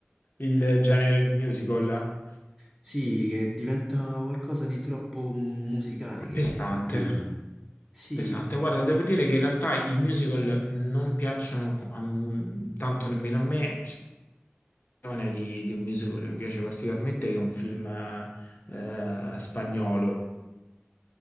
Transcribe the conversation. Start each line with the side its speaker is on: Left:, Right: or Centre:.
Left: il genere musical
Centre: Sì, che diventa qualcosa di troppo musicale che
Left: pesante.
Centre: un film. Sì,
Left: Pesante, guarda, devo dire che in realtà i musical non piacciono a m- tanto nemmeno a me, versione di, di un musical che mi piace particolarmente, che è un film eh, spagnolo,